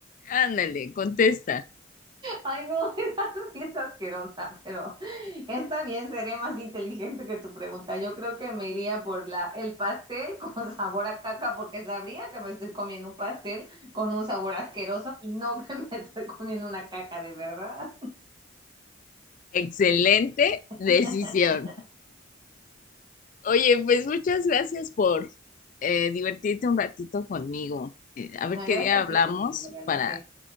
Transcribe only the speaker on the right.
Ay, no, <laughs> esa sí es asquerosa, pero está bien, seré más inteligente que tu pregunta. Yo creo que me iría por la, el pastel con <laughs> sabor a caca, porque sabría que me estoy comiendo un pastel con un sabor asqueroso y no <laughs> que me estoy comiendo una caca de verdad.
<laughs>
Ah,
Gracias
a ti, amiga. me relajé.